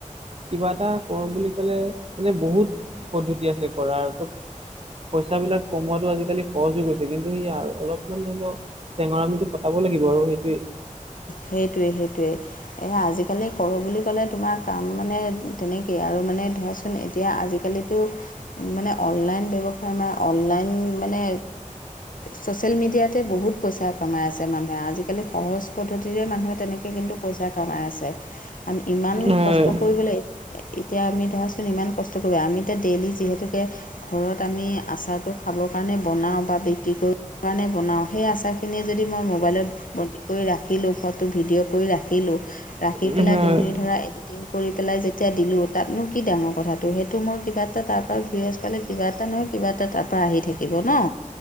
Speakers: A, on the right (about 45°); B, on the left (about 85°).
A: কিবা এটা কৰো বুলি ক'লে মানে বহুত পদ্ধতি আছে কৰাৰ পইচাবিলাক কমোৱাটো আজিকালি সৰজ হৈ গৈছে কিন্তু সেয়া আৰু অলপমান ধৰি লওক টেঙৰামিটো খটাব লাগিব আৰু সেইটোৱে
B: সেইটোৱে সেইটোৱে এ আজিকালি কৰো বুলি ক'লে তোমাৰ কাম মানে তেনেকেই আৰু মানে ধৰা এতিয়া আজিকালিতো মানে অনলাইন ব্যৱসায় ম অনলাইন মানে ছ'চিয়েল মিডিয়াতে বহুত পইচা কমাই আছে মানুহে আজিকালি সহজ পদ্ধতিৰে মানুহে তেনেকে কিন্তু পইচা কামাই আছে ইমান
A: হয়
B: কষ্ট কৰিবলৈ এতিয়া আমি ধৰাচোন ইমান কষ্ট কৰিব আমি এতিয়া ডেইলি যিহেতুকে ঘৰত আমি আচাৰটো খাবৰ কাৰণে বনাওঁ বা বিক্ৰী কৰিব কাৰণে বনাওঁ সেই আচাৰখি খিনি যদি মই মোবাইলত বতি কৰি ৰাখিলোঁ ফটো ভিডিঅ' কৰি ৰাখিলোঁ ৰাখি
A: উম
B: পেলাই
A: হয়
B: তুমি ধৰা এডিটিং কৰি পেলাই যেতিয়া দিলোঁ তাতনো কি ডাঙৰ কথাটো সেইটো মই কিবা এটা তাৰপৰা ভিৱাচ পালে কিবা এটা নহয় কিবা এটা তাৰপৰা আহি থাকিব ন